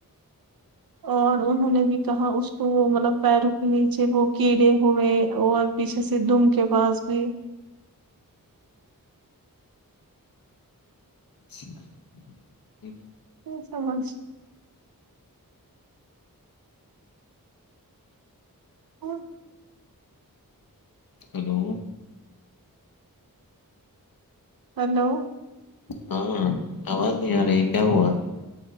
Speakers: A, on the right; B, on the left.
A: اور انہوں نے بھی کہا اس تو وہ مطلب پیروں کے نیچے وہ کیڑے ہوئے اور پیچھے سے دم کے پاس بھی
B: اچھا پھر
A: ہ سمجھ اور
B: ہلو
A: ہلو
B: ہاں آواز نہیں آ رہی کیا ہوا